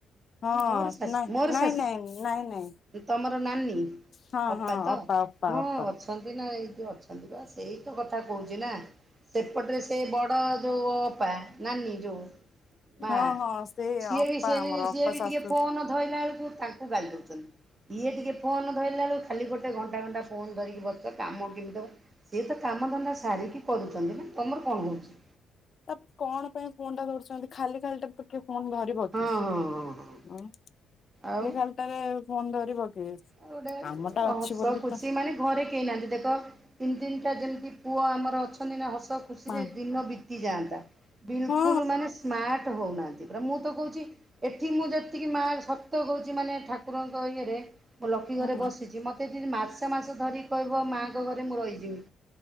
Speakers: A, on the left (about 45°); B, on the right (about 30°).
A: ହଁ
B: ମୋର ଶାଶୁ
A: ନା
B: ମୋର
A: ନାଇଁ
B: ଶାଶୁ
A: ନାଇଁ ନାଇଁ ନାଇଁ।
B: ତମର ନାନୀ
A: ହଁ
B: ଅପା
A: ହଁ
B: ତ
A: ଅପା
B: ହଁ
A: ଅପା
B: ଅଛନ୍ତି ନା ଏଇ ସିଏ ଅଛନ୍ତି ତ ସେଇ ତ କଥା କହୁଛି ନା। ସେପଟରେ ସେ ବଡ ଯୋଉ ଅପା ନାନୀ ଯୋଉ। ବା
A: ହଁ ହଁ ସେ
B: ସିଏ
A: ଅପା
B: ବି ସିଏ
A: ଆମର
B: ବି
A: ଅପା
B: ସିଏ ବି
A: ଶାଶୁ
B: ଟିକେ ଫୋନ ଧୋଇଲା ବେଳକୁ। ତାଙ୍କୁ ଗାଳି ଦଉଛନ୍ତି ଇଏ ଟିକେ ଫୋନ ଧରିଲଲା ବେଳୁକୁ ଖାଲି ଗୋଟେ ତେ ଘଣ୍ଟା ଘଣ୍ଟା ଫୋନ ଧରିକି ବସ କାମ କେମିତି ହେବ ସିଏ ତ କାମ ଧନ୍ଦା ସାରିକି କରୁଛନ୍ତି। ନା ତମର କଣ କହୁଛି।
A: ତା କଣ ପାଇଁ ଫୋନ ଟା ଧରୁଛନ୍ତି ଖାଲି ଖାଲି ଟା ତ କିଏ ଫୋନ ଧରିବ
B: ହଁ
A: କି ଖାଲି
B: ହଁ ହଁ ହଁ
A: ଉ
B: ଆଉ
A: ଖାଲିଟାରେ ଫୋନ ଧରିବ କି
B: ଆଉ ଗୋଟେ
A: କାମଟା
B: ହସ
A: ଅଛି ବୋଲି
B: ଖୁସି
A: ତ
B: ମାନେ ଘରେ କେହି ନାହାନ୍ତି ଦେଖ ତିନି ତିନିଟା ଯେମିତି ପୁଅ ଆମର ଅଛନ୍ତି ନା ହସ ହସ ଖୁସିରେ
A: ମା
B: ଦିନ ବିତିଯାଆନ୍ତା ବିଲକୁଲ୍
A: ହଁ
B: ମାନେ ସ୍ମାର୍ଟ ହଉନାହାନ୍ତି ମୁଁ ତ କହୁଛି ଏଠି ମୁଁ ଯେତିକି ମା ସତ କହୁଛି ମାନେ ଠାକୁରଙ୍କ ଇଏରେ ମୋ ଲକୀ ଘରେ
A: ହୁଁ।
B: ବସିଛି ମତେ ଏଠି ମାସେ ମାସ ଧରି କହିବ ମାଆଙ୍କ ଘରେ ମୁଁ ରହିଯିବି